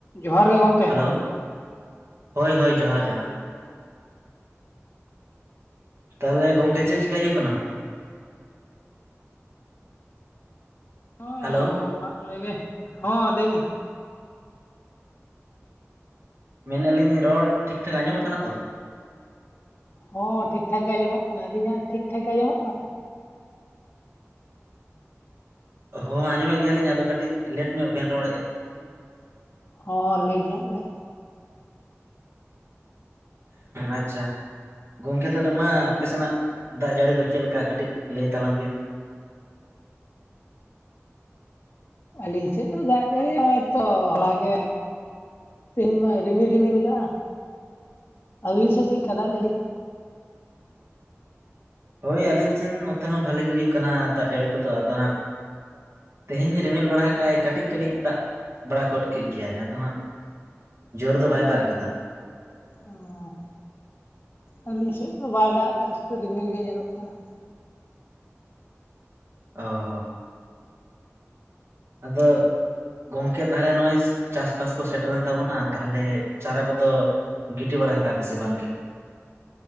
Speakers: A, on the left; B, on the right.
A: ᱡᱚᱦᱟᱨ ᱜᱮ ᱜᱚᱝ
B: ᱦᱮᱞᱳ, ᱦᱳᱭ ᱦᱳᱭ ᱡᱚᱦᱟᱨ ᱡᱚᱦᱟᱨ᱾ ᱛᱟᱦᱞᱮ ᱜᱚᱝᱠᱮ ᱪᱮᱫ ᱪᱮᱠᱟᱹᱭ ᱦᱩᱭᱩᱜ ᱠᱟᱱᱟ?
A: ᱦᱚᱸ,
B: ᱦᱮᱞᱳ
A: ᱚᱲᱟᱜ ᱠᱚᱨᱮ ᱜᱮ, ᱦᱚᱸ ᱞᱟᱹᱭ ᱵᱤᱱ᱾
B: ᱢᱮᱱᱮᱜ-ᱟ ᱞᱤᱧ ᱨᱚᱲ ᱴᱷᱤᱠ ᱴᱷᱟᱠ ᱟᱸᱡᱚᱢᱚᱜ ᱠᱟᱱᱟ ᱛᱚ?
A: ᱦᱚᱸ ᱴᱷᱤᱠ ᱴᱷᱟᱠ ᱜᱮ ᱟᱸᱡᱚᱢᱚᱜ ᱠᱟᱱᱟ, ᱟᱹᱞᱤᱧᱟᱜ ᱴᱷᱤᱠ ᱴᱷᱟᱠ ᱜᱮ ᱟᱡᱚᱢᱚᱜ ᱠᱟᱱᱟ ᱛᱚ?
B: ᱦᱚᱸ ᱟᱸᱡᱚᱢᱮᱜ ᱜᱮᱭᱟᱞᱤᱧ ᱟᱫᱚ ᱠᱟᱹᱴᱤᱡ ᱞᱮᱴ ᱧᱚᱜ ᱵᱮᱱ ᱨᱚᱲᱮᱜ-ᱟ᱾
A: ᱦᱚᱸ ᱞᱮᱴ ᱧᱚᱜ ᱜᱮ᱾
B: ᱟᱪᱪᱷᱟ᱾ ᱜᱚᱝᱠᱮ ᱛᱟᱦᱞᱮ ᱢᱟ ᱟᱯᱮ ᱥᱮᱱᱟᱜ ᱫᱟᱜ ᱡᱟᱹᱲᱤ ᱠᱚ ᱪᱮᱫ ᱞᱮᱠᱟ ᱠᱟᱹᱴᱤᱡ ᱞᱟᱹᱭ ᱛᱟᱞᱟᱝ ᱵᱤᱱ᱾
A: ᱟᱹᱞᱤᱧ ᱥᱮᱫ ᱫᱚ ᱫᱟᱜ ᱡᱟᱹᱲᱤ ᱦᱚᱸᱜ-ᱚᱭ ᱛᱚ ᱦᱚᱞᱟ ᱜᱮ ᱛᱤᱱ ᱢᱟᱭ ᱨᱤᱢᱤᱞ ᱨᱤᱢᱤᱞ ᱜᱟᱜ-ᱟ, ᱟᱹᱵᱤᱱ ᱥᱮᱡ ᱪᱮᱫᱠᱟ ᱫᱟᱜ ᱡᱟᱹᱲᱤ ᱠᱚ?
B: ᱦᱳᱭ ᱟᱹᱞᱤᱧ ᱥᱮᱱ ᱱᱚᱛᱮ ᱦᱚᱸ ᱵᱷᱟᱹᱞᱤ ᱜᱮ ᱦᱩᱭᱩᱜ ᱠᱟᱱᱟ ᱫᱟᱜ ᱡᱟᱹᱲᱤ ᱠᱚᱫᱚ ᱟᱫᱚ ᱦᱟᱸᱜ ᱛᱤᱦᱤᱧ ᱨᱤᱢᱤᱞ ᱵᱟᱲᱟ ᱦᱟᱠᱟᱜ-ᱟᱭ ᱠᱟᱹᱴᱤᱡ-ᱠᱟᱹᱴᱤᱡ ᱫᱟᱜ ᱵᱟᱲᱟ ᱜᱚᱫ ᱠᱮᱫ ᱜᱮᱭᱟᱭ ᱟᱫᱚ ᱦᱟᱸᱜ ᱡᱳᱨ ᱫᱚ ᱵᱟᱭ ᱫᱟᱜ ᱟᱠᱟᱫᱟ᱾
A: ᱚᱸ, ᱟᱹᱞᱤᱧ ᱥᱮᱫ ᱫᱚ ᱵᱟᱭ ᱫᱟᱜ-ᱫᱟ ᱥᱩᱫᱩ ᱨᱤᱢᱤᱞ ᱜᱮ ᱧᱮᱞᱚᱜ ᱠᱟᱱᱟ᱾
B: ᱚ, ᱦᱚ᱾ ᱟᱫᱚ ᱜᱚᱝᱠᱮ ᱛᱟᱦᱞᱮ ᱱᱚᱜ-ᱚᱭ ᱪᱟᱥᱵᱟᱥ ᱠᱚ ᱥᱮᱴᱮᱨᱮᱱ ᱛᱟᱵᱚᱱᱟ ᱛᱟᱦᱞᱮ ᱪᱟᱨᱟ ᱠᱚᱫᱚ ᱜᱤᱰᱤ ᱵᱟᱲᱟ ᱦᱟᱠᱟᱜ-ᱟ ᱯᱮᱥᱮ ᱵᱟᱝᱜᱮ?